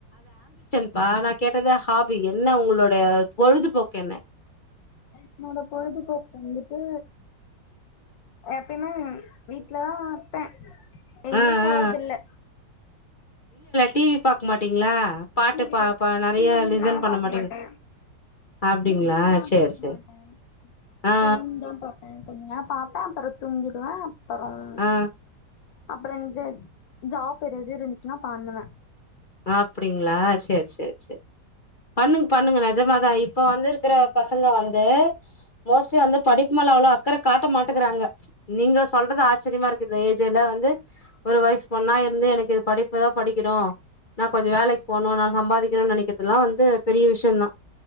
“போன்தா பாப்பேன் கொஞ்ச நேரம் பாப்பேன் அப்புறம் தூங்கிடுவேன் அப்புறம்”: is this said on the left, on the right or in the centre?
Left